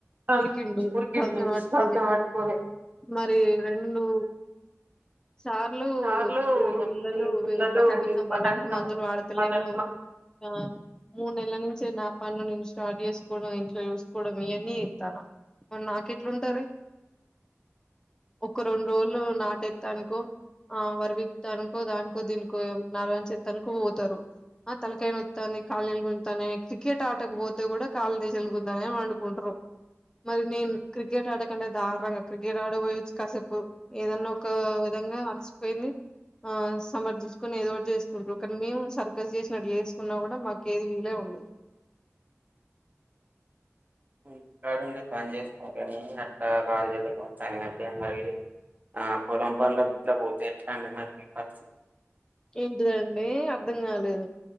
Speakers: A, on the right (about 35°); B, on the left (about 15°).
A: ఆ
B: ఉరికిండు
A: ఉరికింది
B: బక్క పట్టుకొని
A: శ్వాస పట్టుకొని
B: మరి రెండు సార్లు
A: సార్లు
B: పిల్లలు
A: ఈ పిల్లలు
B: కనీసం బలానికి
A: కనీసం
B: మందులు వాడతలేరు
A: వాళ్ళకి మ
B: ఆ మూడు నెలల నుంచి నా పన్ను నేను స్టార్ట్ చేసుకోవడం ఇంట్లో చూసుకోవడం ఇవన్నీ చెత్తనా నాకు ఎట్లుంటది ఒక రెండు రోజులు నాట్ ఎత్తా అనుకో ఆ వరివిక్తనుకో దానికో దీనికో నరవణ చే తనుకో పోతారు ఆ తలకైైన నోత్తంది కాళ్ళగుంజుత్తానాయ్ క్రికెట్ ఆటకపోతే కూడా కాళ్ళ నిజలుగుందానే పండుకుంటరు మరి నేను క్రికెట్ ఆడకంటే దారుణంగా క్రికెట్ ఆడబోయొచ్చు కాసేపు ఏదన్నా ఒక విధంగా అలసిపోయింది ఆ సమర్థించుకొని ఏదో ఒకటి అ అ అ అ చేసుకుంటురు కానీ మేము సర్కస్ చేసినటు చేసుకున్నా గూడా మాకు ఏది వీలే ఉండదు
A: <unintelligible> కాలుష్యత్తులో గుంజుకపోతుందని ఆ పొలం పనుల ఇట్లాకు పోతే ఎట్లా అండి మరి మీ పరిస్థితి
B: ఏంటిదండి అర్థం కాలేదు